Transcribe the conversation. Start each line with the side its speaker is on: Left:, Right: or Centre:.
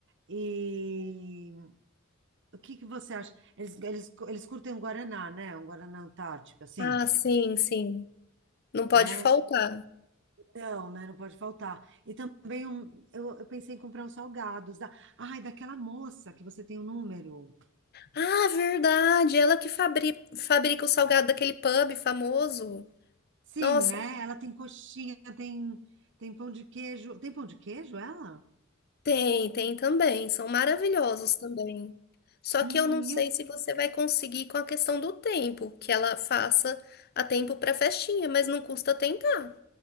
Right: e o que que você acha? Eles, eles, eles curtem um Guaraná, né? Um Guaraná Antártico, assim,
Left: Ah, sim, sim. Não pode
Right: né?
Left: faltar.
Right: Não, né? Não pode faltar. E também um, eu, eu pensei em comprar uns salgados. Da, ai, daquela moça que você tem o número.
Left: Ah, verdade, ela que fabri- fabrica o salgado daquele pub famoso.
Right: Sim,
Left: Nossa,
Right: né? Ela tem coxinha, tem, tem pão de queijo. Tem pão de queijo, ela?
Left: Tem, tem também. São maravilhosos também. Só
Right: Hum,
Left: que eu não sei se você vai conseguir com a questão do tempo, que ela faça a tempo para festinha, mas não custa tentar.